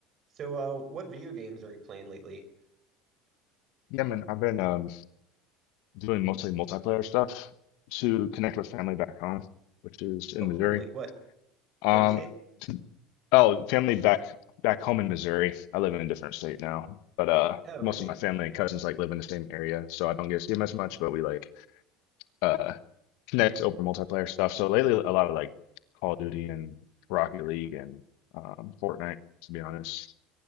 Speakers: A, on the right; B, on the left.
A: So, uh, what video games are you playing lately?
B: Yeah, man, I've been um, doing mostly multiplayer stuff to connect with family back home, which is in
A: Oh,
B: Missouri.
A: cool. Like what?
B: Um,
A: What'd you say?
B: t- oh, family back back home in Missouri. I live in a different state now, but uh,
A: Oh,
B: most
A: okay.
B: of my family and cousins like live in the same area, so I don't get to see them as much. But we like uh connect over multiplayer stuff. So lately, a lot of like Call of Duty and Rocket League and um, Fortnite, to be honest,